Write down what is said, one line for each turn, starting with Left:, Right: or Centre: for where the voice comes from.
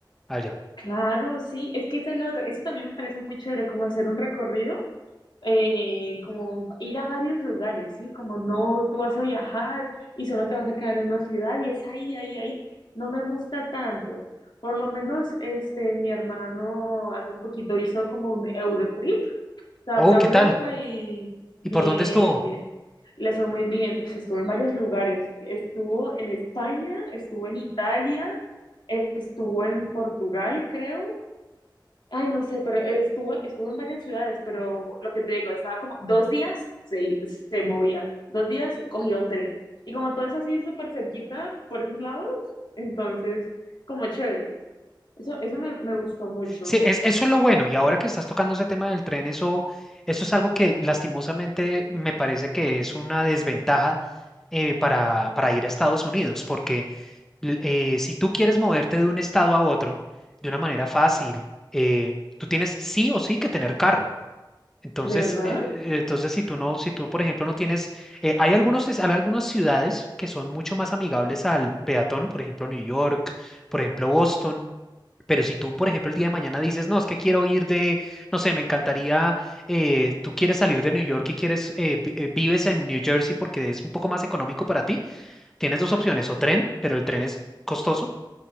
Centre: allá.
Left: claro, sí, es que esa es la otra. Eso también me parece muy chévere, como hacer un recorrido, eh, como ir a varios lugares, ¿sí? Como no, tú vas a viajar y solo te vas a quedar en una ciudad y es ahí, ahí, ahí. No me gusta tanto. Por lo menos, este, mi hermano hace poquito hizo como un Eurotrip O sea,
Centre: Oh,
Left: fue a
Centre: ¿qué
Left: Europa
Centre: tal?
Left: y bien,
Centre: ¿Y por dónde estuvo?
Left: bien. Le fue muy bien. Uy, estuvo en varios lugares. Estuvo en España, estuvo en Italia, eh, estuvo en Portugal, creo. Ay, no sé, pero estuvo, estuvo en varias ciudades, pero lo que te digo, estaba como dos días se, se movía, dos días cogía un tren. Y como todo es así súper cerquita por esos lados, entonces, como chévere. Eso, eso me, me gustó mucho.
Centre: Sí, es, eso es lo bueno. Y ahora que estás tocando ese tema del tren, eso, eso es algo que lastimosamente me parece que es una desventaja eh, para, para ir a Estados Unidos, porque l- eh, si tú quieres moverte de un estado a otro de una manera fácil, eh, tú tienes sí o sí que tener carro. Entonces,
Left: ¿De verdad?
Centre: eh, eh, entonces si tú no, si tú, por ejemplo, no tienes, eh, hay algunos, es- hay algunas ciudades que son mucho más amigables al peatón, por ejemplo, New York, por ejemplo, Boston pero si tú, por ejemplo, el día de mañana dices, no, es que quiero ir de, no sé, me encantaría, eh, tú quieres salir de New York y quieres, eh, vi- eh, vives en New Jersey porque es un poco más económico para ti, tienes dos opciones, o tren, pero el tren es costoso,